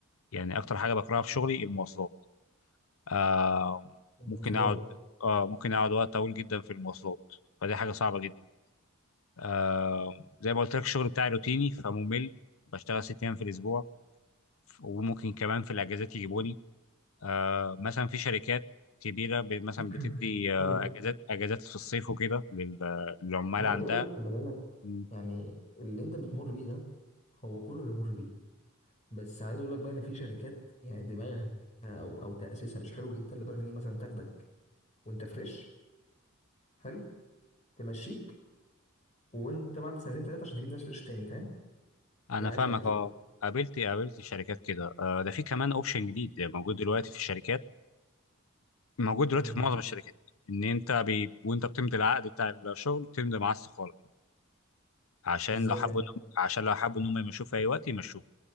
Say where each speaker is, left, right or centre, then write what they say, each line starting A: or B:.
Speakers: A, on the left; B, on the left.
A: يعني اكتر حاجه بكرهها في شغلي المواصلات آه
B: المواصلات
A: ممكن اقعد آه ممكن اقعد وقت طويل جدا في المواصلات فدي حاجه صعبه جدا آه زي ما قلت لك الشغل بتاعي روتيني فممل بشتغل ست ايام في الاسبوع وممكن كمان في الاجازات يجيبوني آه مثلا في شركات كبيره ب- مثلا
B: <clears throat>
A: بتدي آه
B: حلو
A: اجازات اجازات في الصيف وكده لل- للعمال
B: عايز
A: عندها
B: اقول لك خلي بالك
A: م.
B: يعني اللي انت بتمر بيه ده هو كله بيمر بيه بس عايز اقول لك بقى ان في شركات يعني دماغها او او تاسيسها مش حلو جدا لدرجه ان هي مثلا تاخدك وانت فريش حلو تمشيك وانت بعد سنتين ثلاثه عشان تجيب ناس فريش تاني فاهم
A: انا
B: هي عايشه
A: فاهمك
B: على كده
A: اه قابلت قابلت شركات كده آه ده في كمان اوبشن جديد موجود دلوقتي في الشركات موجود دلوقتي
B: امم
A: في معظم الشركات ان انت بي... وانت بتمضي العقد بتاع الشغل بتمضي معاه استقاله عشان
B: ازاي
A: لو حبوا
B: يعني
A: عشان لو حبوا ان هم يمشوك في اي وقت يمشوك